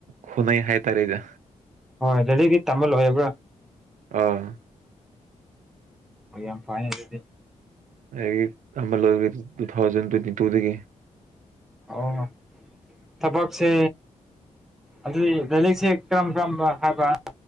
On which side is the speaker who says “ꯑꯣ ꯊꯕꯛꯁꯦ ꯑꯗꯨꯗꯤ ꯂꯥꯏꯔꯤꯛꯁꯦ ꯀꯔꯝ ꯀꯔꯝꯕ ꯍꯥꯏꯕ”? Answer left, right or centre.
Centre